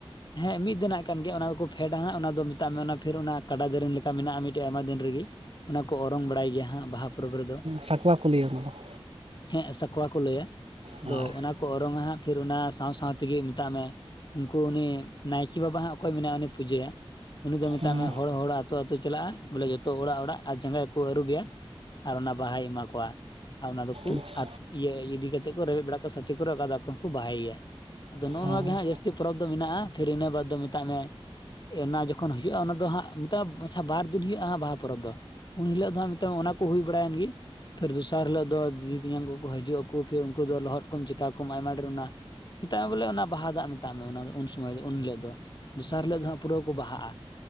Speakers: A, on the left; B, on the right.
A: ᱦᱮᱸ ᱢᱤᱫ ᱫᱤᱱᱟᱜ ᱠᱟᱱ ᱜᱮᱭᱟ ᱚᱱᱟ ᱫᱚᱠᱚ ᱯᱷᱮᱰᱟ ᱦᱟᱸᱜ ᱚᱱᱟ ᱫᱚ ᱢᱮᱛᱟᱜ ᱢᱮ ᱚᱱᱟ ᱯᱷᱤᱨ ᱚᱱᱟ ᱠᱟᱰᱟ ᱫᱮᱨᱮᱧ ᱞᱮᱠᱟ ᱢᱮᱱᱟᱜᱼᱟ ᱢᱤᱫᱴᱮᱡ ᱟᱭᱢᱟ ᱫᱤᱱ ᱨᱮᱜᱮ ᱚᱱᱟ ᱠᱚ ᱚᱨᱚᱝ ᱵᱟᱲᱟᱭ ᱜᱮᱭᱟ ᱦᱟᱸᱜ ᱵᱟᱦᱟ ᱯᱚᱨᱚᱵᱽ ᱨᱮᱫᱚ ᱾
B: ᱥᱟᱠᱣᱟ ᱠᱚ ᱞᱟᱹᱭᱟ ᱚᱱᱟ ᱫᱚ ᱾
A: ᱦᱮᱸ ᱥᱟᱠᱣᱟ ᱠᱚ ᱞᱟᱹᱭᱟ, ᱟᱫᱚ
B: ᱦᱳᱭ
A: ᱚᱱᱟ ᱠᱚ ᱚᱨᱚᱝ-ᱟ ᱦᱟᱸᱜ ᱯᱷᱤᱨ ᱚᱱᱟ ᱥᱟᱶ-ᱥᱟᱶ ᱛᱮᱜᱮ ᱢᱮᱛᱟᱜ ᱢᱮ ᱩᱱᱠᱩ ᱩᱱᱤ ᱱᱟᱭᱠᱮ ᱵᱟᱵᱟ ᱦᱟᱸᱜ ᱚᱠᱚᱭ ᱢᱮᱱᱟᱭᱟ ᱩᱱᱤᱭ ᱯᱩᱡᱟᱹᱭᱟ ᱩᱱᱤ ᱫᱚ ᱢᱮᱛᱜ
B: ᱦᱮᱸ
A: ᱢᱮ ᱦᱚᱲ ᱦᱚᱲᱟᱜ ᱟᱛᱩ ᱟᱛᱩᱭ ᱪᱟᱞᱟᱜᱼᱟ ᱵᱚᱞᱮ ᱡᱚᱛᱚ ᱚᱲᱟᱜ ᱚᱲᱟᱜ ᱟᱨ ᱡᱟᱸᱜᱟ ᱠᱚ ᱟᱹᱨᱩᱵᱮᱭᱟ ᱟᱨ ᱚᱱᱟ ᱵᱟᱦᱟᱭ ᱮᱢᱟ ᱠᱚᱣᱟ, ᱟᱨ ᱚᱱᱟ ᱫᱚᱠᱚ <unintelligible>
B: ᱟᱪᱪᱷᱟ
A: ᱤᱭᱟᱹ ᱤᱫᱤ ᱠᱟᱛᱮᱫ ᱠᱚ ᱨᱮᱵᱮᱫ ᱵᱟᱲᱟ ᱠᱟᱜ-ᱟ ᱥᱟᱛᱮ ᱠᱚᱨᱮ ᱚᱠᱟ ᱫᱚ ᱟᱠᱚᱦᱚᱸ ᱠᱚ ᱵᱟᱦᱟᱭ ᱜᱮᱭᱟ ᱾ ᱟᱫᱚ ᱱᱚᱜᱼᱚ
B: ᱚ
A: ᱱᱚᱣᱟ ᱜᱮ ᱦᱟᱸᱜ ᱡᱟᱹᱥᱛᱤ ᱯᱚᱨᱚᱵᱽ ᱫᱚ ᱢᱮᱱᱟᱜᱼᱟ ᱯᱷᱤᱨ ᱤᱱᱟᱹ ᱵᱟᱫᱽ ᱫᱚ ᱢᱮᱛᱟᱜ ᱢᱮ ᱚᱱᱟ ᱡᱚᱠᱷᱚᱱ ᱦᱩᱭᱩᱜᱼᱟ ᱚᱱᱟ ᱫᱚ ᱦᱟᱸᱜ ᱢᱮᱛᱟᱜᱼᱟ ᱟᱪᱪᱷᱟ ᱵᱟᱨ ᱫᱤᱱ ᱦᱩᱭᱩᱜᱼᱟ ᱦᱟᱸᱜ ᱵᱟᱦᱟ ᱯᱚᱨᱚᱵᱽ ᱫᱚ ᱩᱱ ᱦᱤᱞᱳᱜ ᱫᱚ ᱦᱟᱸᱜ ᱢᱮᱛᱟᱢ ᱚᱱᱟ ᱠᱚ ᱦᱩᱭ ᱵᱟᱲᱟᱭᱮᱱ ᱜᱮ, ᱯᱷᱤᱨ ᱫᱚᱥᱟᱨ ᱦᱤᱞᱳᱜ ᱫᱚ ᱫᱤᱫᱤ, ᱛᱮᱧᱟᱝ ᱠᱚᱠᱚ ᱦᱤᱡᱩᱜ ᱟᱠᱚ ᱯᱷᱤᱨ ᱩᱱᱠᱩ ᱫᱚ ᱞᱚᱦᱚᱫ ᱠᱚᱢ ᱪᱤᱠᱟ ᱠᱚᱢ ᱟᱭᱢᱟ ᱰᱷᱮᱨ ᱚᱱᱟ ᱢᱮᱛᱟᱜ ᱢᱮ ᱵᱚᱞᱮ ᱚᱱᱟ ᱵᱟᱦᱟ ᱫᱟᱜ ᱢᱮᱛᱟᱜ ᱢᱮ ᱚᱱᱟ ᱫᱚ ᱩᱱ ᱥᱚᱢᱚᱭ ᱫᱚ ᱩᱱ ᱦᱤᱞᱳ ᱫᱚᱥᱟᱨ ᱦᱤᱞᱳ ᱫᱚ ᱦᱟᱸᱜ ᱯᱩᱨᱟᱹ ᱠᱚ ᱵᱟᱦᱟᱜᱼᱟ ᱾